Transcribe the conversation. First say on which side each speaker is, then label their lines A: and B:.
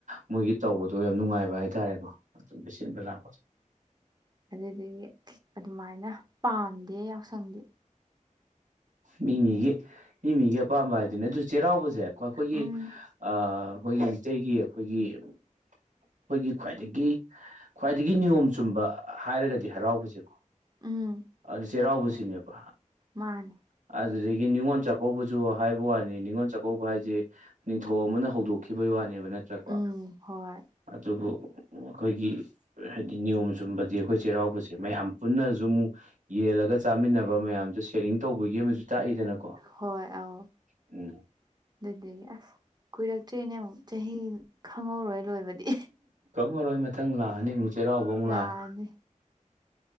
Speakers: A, on the right; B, on the right.
A: ꯃꯣꯏꯒꯤ ꯇꯧꯕꯗꯣ ꯌꯥꯝ ꯅꯨꯡꯉꯥꯏꯕ ꯍꯥꯏꯇꯥꯔꯦꯀꯣ ꯑꯗꯨꯝꯗꯤ ꯁꯤꯟꯕ ꯂꯥꯛꯄꯁꯦ
B: ꯑꯗꯨꯗꯒꯤ ꯑꯗꯨꯃꯥꯏꯅ ꯄꯥꯝꯗꯦ ꯌꯥꯎꯁꯪꯗꯤ
A: ꯃꯤꯃꯤꯒꯤ ꯃꯤ ꯃꯤꯒꯤ ꯑꯄꯥꯝꯕ ꯍꯥꯏꯗꯨꯅꯦ ꯑꯗꯨ ꯆꯩꯔꯥꯎꯕꯖꯦ ꯑꯩꯈꯣꯏꯒꯤ
B: ꯎꯝ
A: ꯑ ꯑꯩꯈꯣꯏꯒꯤ ꯃꯤꯇꯩꯩꯒꯤ ꯑꯩꯈꯣꯏꯒꯤ ꯑꯩꯈꯣꯏꯒꯤ ꯈ꯭ꯋꯥꯏꯗꯒꯤ ꯈ꯭ꯋꯥꯏꯗꯒꯤ ꯅꯤꯌꯣꯝ ꯆꯨꯝꯕ ꯍꯥꯏꯔꯒꯗꯤ ꯗꯤ ꯍꯔꯥꯎꯕꯁꯦꯀꯣ
B: ꯎꯝ
A: ꯑꯗꯨ ꯆꯩꯔꯥꯎꯕꯁꯤꯅꯦꯕ
B: ꯃꯥꯥꯅꯤ
A: ꯑꯗꯨꯗꯒꯤ ꯅꯤꯉꯣꯟ ꯆꯥꯛꯀꯧꯕꯖꯨ ꯍꯥꯏꯕ ꯋꯥꯅꯤ ꯅꯤꯡꯉꯣꯟ ꯆꯥꯛꯀꯧꯕ ꯍꯥꯏꯖꯦ ꯅꯤꯡꯊꯧ ꯑꯃꯅ ꯍꯧꯗꯣꯛꯈꯤ ꯈꯤꯕꯩ ꯋꯥꯅꯦꯕ ꯅꯠꯇ꯭ꯔꯥꯀꯣ
B: ꯎꯝ ꯍꯣꯏ
A: ꯑꯗꯨꯕꯨ ꯑꯩꯈꯣꯏꯒꯤ ꯍꯥꯏꯗꯤ ꯅꯤꯌꯣꯝ ꯆꯨꯝꯕꯗꯤ ꯑꯩꯈꯣꯏ ꯆꯩꯔꯥꯎꯕꯁꯦ ꯃꯌꯥꯝ ꯄꯨꯟꯅꯖꯨ ꯑꯃꯨꯛ ꯌꯦꯜꯂꯒ ꯆꯥꯃꯤꯟꯅꯕ ꯃꯌꯥꯝꯖꯦ ꯁꯦꯔꯤꯡ ꯇꯧꯕꯒꯤ ꯒꯤ ꯑꯃꯖꯨ ꯇꯥꯛꯏꯗꯅꯀꯣ
B: ꯍꯣꯏ ꯑꯧ
A: ꯎꯝ
B: ꯑꯗꯨꯗꯒꯤ ꯑꯁ ꯀꯨꯏꯔꯛꯇ꯭ꯔꯦꯅꯦ ꯑꯃꯨꯛ ꯆꯍꯤ ꯈꯪꯍꯧꯔꯣꯏ ꯂꯣꯏꯕꯗꯤ
A: ꯈꯥꯡꯉꯔꯣꯏ ꯃꯊꯪ ꯂꯥꯛꯑꯅꯤ ꯑꯃꯨꯛ ꯆꯩꯔꯥꯎꯕ ꯑꯃꯨꯛ ꯂꯥꯛꯑ
B: ꯂꯥꯛꯑꯅꯤ